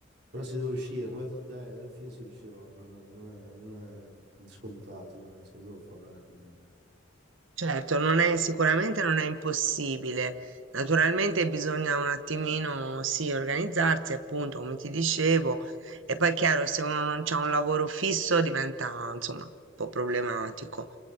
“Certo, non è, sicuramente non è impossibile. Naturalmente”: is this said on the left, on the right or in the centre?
Right